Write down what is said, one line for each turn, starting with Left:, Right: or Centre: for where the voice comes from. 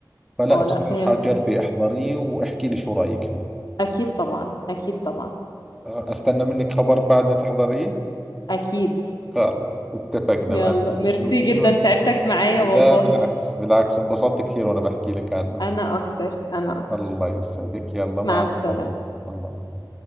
Centre: فلا
Left: اه
Centre: بصراحة
Left: لأ فهمت
Centre: جربي احضريه واحكي لي شو رأيك فيه
Left: أكيد طبعا أكيد طبعا
Centre: أه، أستنى منك خبر بعد ما تحضريه
Left: أكيد
Centre: خلص اتفقنا
Left: يلا
Centre: ما
Left: ميرسي
Centre: شوفي
Left: جدا تعبتك معايا
Centre: لا
Left: والله
Centre: بالعكس بالعكس انبسطت كثير وأنا بحكي لك عنه
Left: انا اكتر انا اكتر
Centre: الله يسعدك يلا مع
Left: مع
Centre: السلامة
Left: السلامة
Centre: الله معك